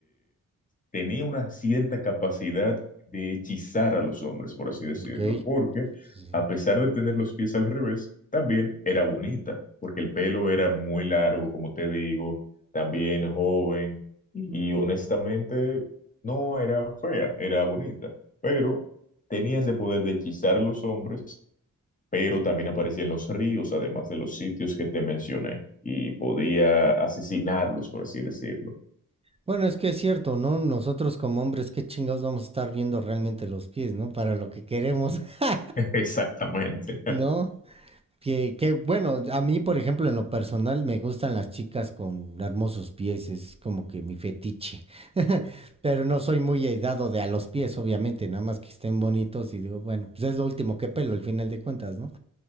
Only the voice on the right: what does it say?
Ok.
Sí.
Bueno, es que es cierto, ¿no? Nosotros como hombres, qué chingados vamos a estar viendo realmente los pies, ¿no? Para lo que queremos, <laughs>
¿no? Que, que bueno, a mí, por ejemplo, en lo personal me gustan las chicas con hermosos pies, es como que mi fetiche. <laughs> Pero no soy muy dado de a los pies, obviamente, nada más que estén bonitos y digo, bueno, pues es lo último que pelo, al final de cuentas, ¿no?